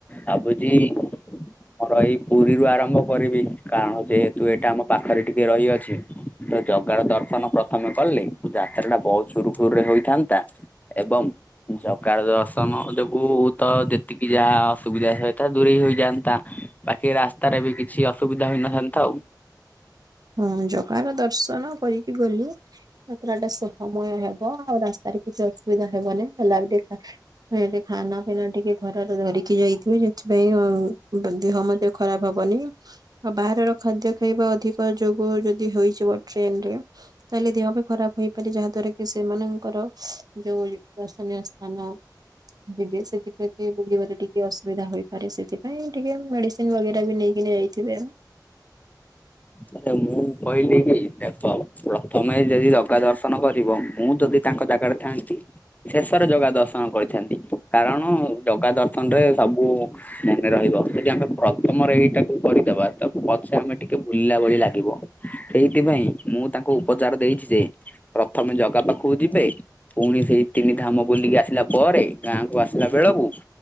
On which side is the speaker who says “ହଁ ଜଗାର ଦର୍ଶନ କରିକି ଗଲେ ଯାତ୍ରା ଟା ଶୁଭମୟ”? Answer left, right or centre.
Right